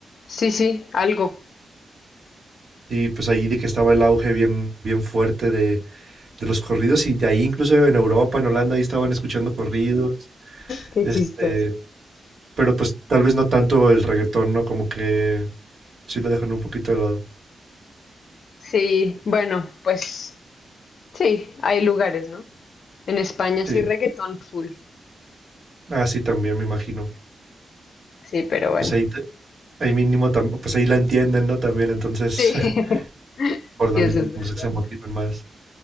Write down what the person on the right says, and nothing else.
y pues ahí de que estaba el auge bien, bien fuerte de, de los corridos y de ahí incluso en Europa, en Holanda, ahí estaban escuchando corridos,
este,
pero pues tal vez no tanto el reggaetón, ¿no? Como que sí lo dejan un poquito de lado.
Sí.
Ah, sí, también me imagino.
Pues ahí, te- ahí mínimo, tam- pues ahí la entienden, ¿no? También, entonces,
<laughs>
por lo
mismo,
como que se motivan más.